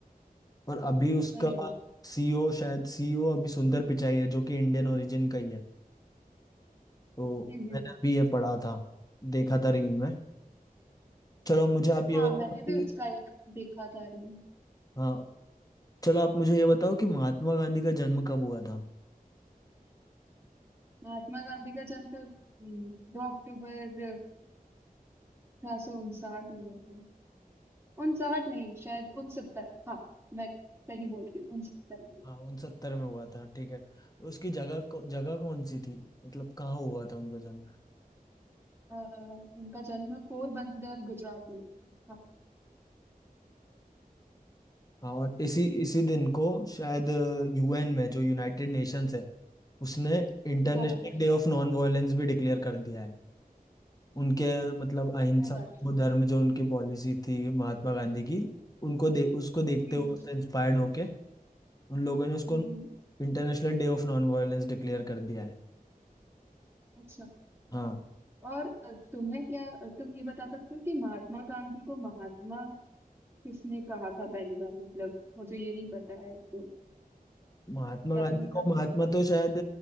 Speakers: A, on the left (about 25°); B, on the right (about 15°).
A: और अभी उसका
B: अरे वाह
A: सीईओ शायद सीईओ अभी सुंदर पिचाई है जो कि इंडियन ओरिजिन का ही है तो
B: हम्म हम्म
A: मैंने अभी ये पढ़ा था देखा था रील में चलो अब मुझे आप ये
B: हाँ
A: बताओ
B: मैंने
A: कि
B: भी उसका एक देखा था रील
A: हाँ चलो आप मुझे ये बताओ कि महात्मा गांधी का जन्म कब हुआ था
B: महात्मा गांधी का जन्म तो हम्म, दो अक्टूबर अठारह सौ उनसाठ में हुआ था उनसाठ नहीं शायद उनसत्तर हाँ मैं सही बोल रही हूँ उनसत्तर में
A: हाँ उनसत्तर में हुआ था ठीक है उसकी जगह को जगह कौन सी थी मतलब कहाँ हुआ था उनका जन्म
B: अ, उनका जन्म पोरबंदर गुजरात में हुआ था
A: हाँ और इसी इसी दिन को शायद यूएन में जो यूनाइटेड नेशंस है उसने international
B: हाँ हाँ हाँ हाँ,
A: day of non violence भी डिक्लेयर कर दिया है उनके मतलब अहिंसा
B: क्या बात है
A: वो धर्म जो उनकी पॉलिसी थी महात्मा गांधी की उनको दे उसको देखते
B: हम्म
A: हुए
B: हम्म
A: उससे इंस्पायर्ड होके उन लोगों ने उसको
B: हम्म, हम्म,
A: international day of non violence declare कर दिया है
B: अच्छा
A: हाँ
B: और अ, तुम्हें क्या तुम ये बता सकते हो कि महात्मा गांधी को महात्मा किसने कहा था पहली बार मतलब मुझे ये नहीं पता है तो
A: महात्मा
B: क्या
A: गांधी
B: तुम बता
A: को
B: सकते
A: महात्मा
B: हो
A: तो शायद